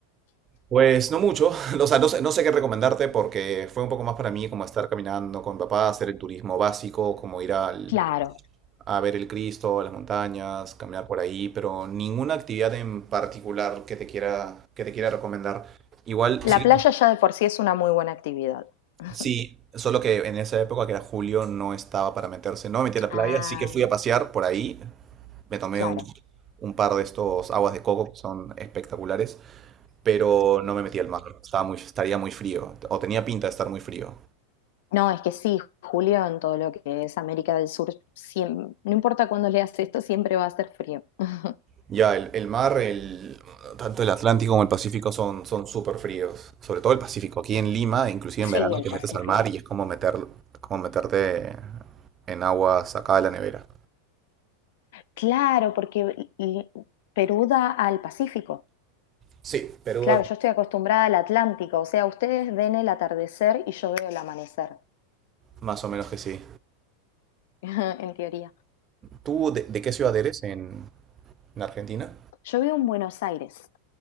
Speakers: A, on the right; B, on the left.
A: pues no mucho, <laughs> o sea, no sé, no sé qué recomendarte porque fue un poco más para mí como estar caminando con mi papá, hacer el turismo básico, como ir al-
B: Claro.
A: a ver el Cristo, a las montañas, caminar por ahí, pero ninguna actividad en particular que te quiera, que te quiera recomendar. Igual,
B: La
A: sí,
B: playa ya de por sí es una muy buena actividad. <laughs>
A: Sí, solo que en esa época, que era julio, no estaba para meterse. No me metí a la
B: Ah,
A: playa, sí que fui a pasear por ahí. Me tomé
B: claro.
A: un, un par de estos aguas de coco que son espectaculares, pero no me metí al mar. Estaba muy, estaría muy frío, o tenía pinta de estar muy frío.
B: No, es que sí, Julio, en todo lo que es América del Sur, siem- no importa cuándo leas esto, siempre va a ser frío. <laughs>
A: Ya, el, el mar, el, tanto el Atlántico como el Pacífico son son súper fríos. Sobre todo el Pacífico. Aquí en Lima, inclusive
B: Sí,
A: en verano,
B: el
A: te
B: Pacífico.
A: metes al mar y es como, meter, como meterte en agua sacada de la nevera.
B: Claro, porque y- Perú da al Pacífico.
A: Sí, Perú,
B: Claro, yo estoy acostumbrada al Atlántico, o sea, ustedes ven el atardecer y yo veo el amanecer,
A: más o menos que sí.
B: <laughs> en teoría.
A: ¿Tú de, de qué ciudad eres en, en Argentina?
B: Yo vivo en Buenos Aires.